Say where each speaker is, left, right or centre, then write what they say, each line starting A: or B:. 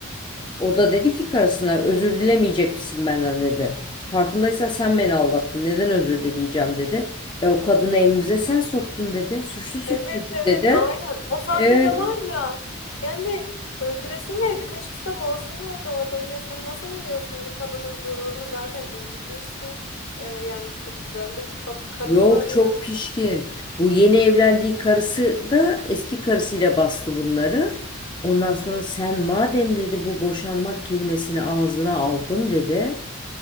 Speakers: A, on the left; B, on the left.
A: O da dedi ki karısına özür dilemeyecek misin benden dedi. Farkındaysan sen beni aldattın. Neden özür dileyeceğim dedi. E o kadını evimize sen soktun dedi. Suçlusun
B: Evet,
A: çünkü
B: evet,
A: dedi.
B: aynen. O sahnede
A: Evet.
B: var ya. Yani öldüresin geldi. Birkaç kusta boğasın geldi o adamı ya. Sen nasıl bunu diyorsun? Bir kadının gururunu zaten incitmişsin. Ee, yani çok güzel de bir ka- karın
A: Yok
B: var yani.
A: çok pişkin. Bu yeni evlendiği karısı da eski karısıyla bastı bunları. Ondan sonra
B: Hı.
A: sen madem dedi bu boşanmak kelimesini ağzına aldın dedi.